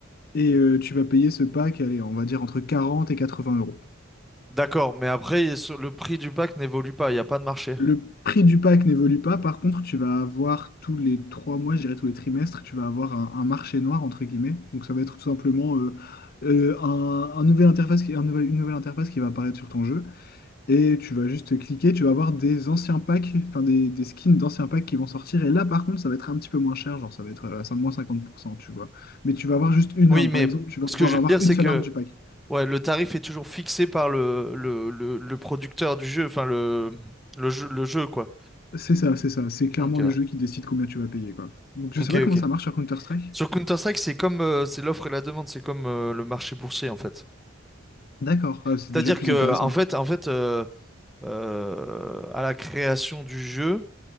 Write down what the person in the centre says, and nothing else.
D'accord, mais après, ils sont- le prix du pack n'évolue pas, il n'y a pas de marché.
Oui,
mais
ce
que je veux
dire,
c'est
que
ouais, le tarif est toujours fixé par le, le, le, le producteur du jeu, enfin le, le jeu, le jeu, quoi.
Ok.
Ok,
ok.
Sur Counter-Strike, c'est comme euh, c'est l'offre et la demande, c'est comme euh, le marché boursier en fait.
C'est-à-dire
que
en fait, en fait, euh, euh, à la création du jeu,